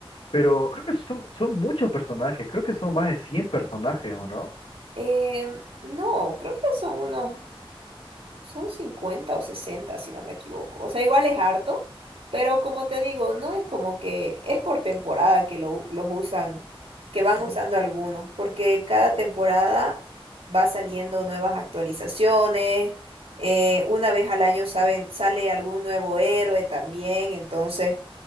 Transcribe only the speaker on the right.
Em, no, creo que son unos Son 50 o 60 si no me equivoco. O sea, igual es harto, pero como te digo, no es como que es por temporada que lo- los usan, que van Ujú. usando algunos, porque cada temporada va saliendo nuevas actualizaciones. eh, una vez al año saben, sale algún nuevo héroe también. Entonces,